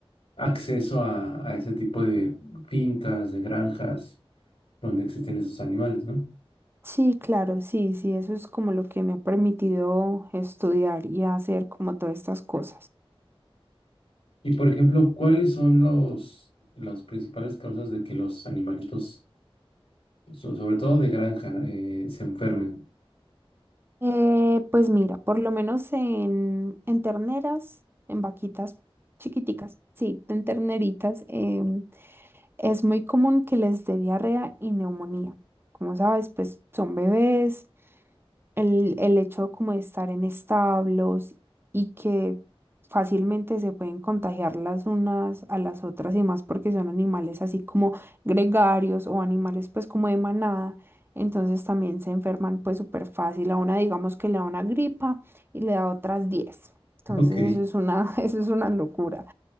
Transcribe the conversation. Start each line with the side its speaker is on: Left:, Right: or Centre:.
Left: acceso a, a ese tipo de fincas, de granjas donde existen esos animales, ¿no?
Right: Sí, claro, sí, sí, eso es como lo que me ha permitido estudiar y hacer como todas estas cosas.
Left: Y por ejemplo, ¿cuáles son los, las principales causas de que los animalitos, so- sobre todo de granja, eh, se enfermen? <laughs>
Right: Eh, pues mira, por lo menos en, en terneras, en vaquitas chiquiticas, sí, en terneritas, em, Es muy común que les dé diarrea y neumonía. Como sabes, pues son bebés. El, el hecho como de estar en establos y que fácilmente se pueden contagiar las unas a las otras y más porque son animales así como gregarios o animales pues como de manada. Entonces también se enferman pues súper fácil. A una digamos que le da una gripa y le da otras diez, Entonces
Left: Ok,
Right: eso es una, <laughs> eso es una locura.